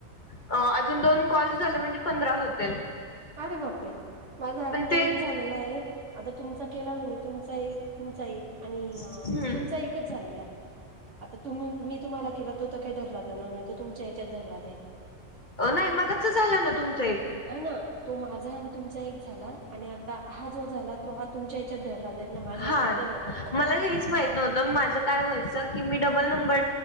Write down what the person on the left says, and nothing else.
अ अजून दोन कॉल झाले म्हणजे पंधरा होतील.
पण ते
हम्म.
नाही मगच झालं ना, तुमचं एक.
हा
मला हेच माहित नव्हत माझं काय व्हायचं की मी डबल नंबर